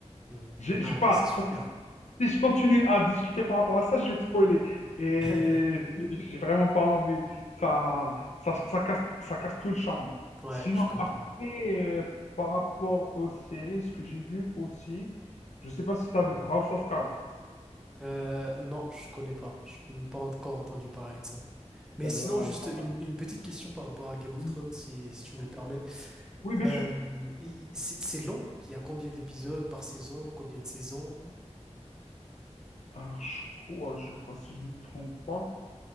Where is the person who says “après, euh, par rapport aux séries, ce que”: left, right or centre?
Left